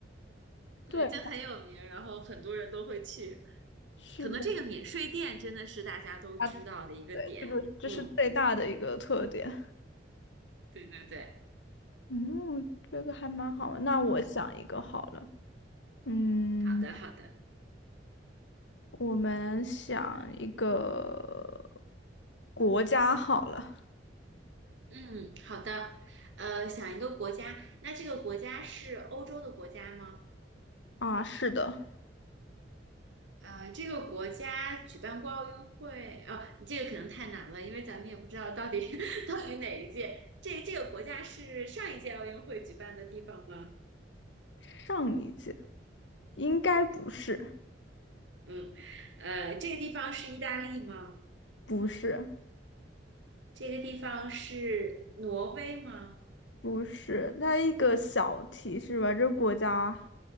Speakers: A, on the right; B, on the left.
A: 对，
B: 对，
A: 就很有名，然后很多人都会去。
B: 是的，
A: 可能这个免税店真的是大家都知道的一个点。
B: 啊，对，这个这是最大的一个特点。
A: 嗯，对对对。
B: 嗯，这个还蛮好玩。那我想一个好了，嗯。
A: 好的，好的，
B: 我们想一个国家好了
A: 嗯，好的。呃，想一个国家，那这个国家是欧洲的国家吗？
B: 啊，是的，
A: 呃，这个国家举办过奥运会，哦，这个可能太难了，因为咱们也不知道到底 <laughs> 到底哪一届。这这个国家是上一届奥运会举办的地方吗？
B: 上一届应该不是，
A: 嗯，呃，这个地方是意大利吗？
B: 不是，
A: 这个地方是挪威吗？
B: 不是。那一个小提示吧，这国家